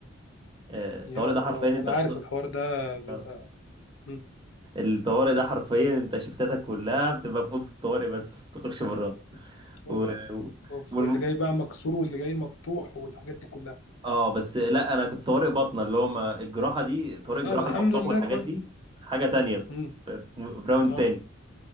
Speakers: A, on the right (about 25°); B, on the left (about 75°).
A: آه، الطوارئ
B: يا
A: ده
B: الله
A: حرفيا انت
B: انا
A: بت...
B: عارف الحوار ده بيبقى
A: آه.
B: مم.
A: الطوارئ ده حرفيا انت شفتاتك كلها بتبقى في اوضه الطوارئ بس ما بتخرجش براها و...
B: اوف
A: و...
B: اوف
A: والم-
B: واللي جاي بقى مكسور واللي جاي مفتوح والحاجات دي كلها
A: اه بس لا انا كنت طوارئ باطنه اللي هو ما الجراحه دي طوارئ الجراحه
B: اه الحمد
A: المفتوح
B: لله
A: والحاجات
B: كويس
A: دي حاجه تانية
B: امم
A: في في راوند
B: اه
A: تاني